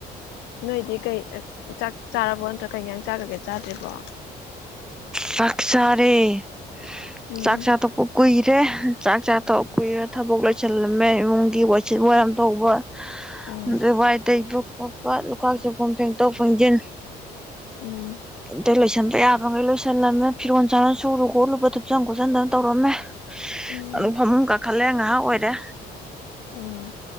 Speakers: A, on the left; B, in the centre.
A: ꯅꯣꯏꯗꯤ ꯀꯩ ꯆꯥꯛ ꯆꯥꯔꯕꯣ ꯅꯠꯇ꯭ꯔ ꯀꯩꯖꯥꯡ ꯆꯥꯔꯒꯦ ꯅꯠꯇꯔ ꯆꯥꯗ꯭ꯔꯤꯕꯣ
B: ꯆꯥꯛ ꯆꯥꯔꯦ
A: ꯎꯝ
B: ꯆꯥꯛꯆꯥ ꯇꯣꯛꯄ ꯀꯨꯏ ꯁꯦ ꯆꯥꯛ ꯆꯥ ꯇꯣꯛꯄ ꯀꯨꯏꯔꯦ ꯊꯕꯛ ꯂꯣꯏꯁꯜꯂꯝꯃꯦ ꯏꯃꯨꯡꯒꯤ ꯋꯥꯁꯤꯠ ꯋꯥꯔꯝ ꯇꯧꯕ
A: ꯎꯝ
B: ꯗ ꯋꯥꯏ ꯇꯩꯕ ꯈꯣꯠꯄ ꯂꯨꯈꯥꯛ ꯆꯥꯒꯨꯝ ꯐꯦꯡꯗꯣꯛ ꯐꯦꯡꯖꯤꯟ
A: ꯎꯝ
B: ꯑꯣꯝꯇ ꯂꯣꯢ ꯊꯝꯗꯣꯌꯥꯝ ꯂꯣꯢ ꯂꯣꯏꯁꯤꯜꯂꯝꯃꯦ ꯐꯤꯔꯣꯟ ꯆꯥꯔꯣꯟ ꯁꯨꯔꯨ ꯈꯣꯠꯂꯨꯕ ꯊꯨꯞꯆꯟ ꯈꯣꯠꯆꯟꯗꯅ ꯇꯧꯔꯝꯃꯦ
A: ꯎꯝ
B: ꯑꯗꯨꯝ ꯐꯃꯨꯡ ꯀꯥ ꯈꯜꯂꯦ ꯉꯥꯏꯍꯥꯛ ꯑꯣꯏꯔꯦ
A: ꯎꯝ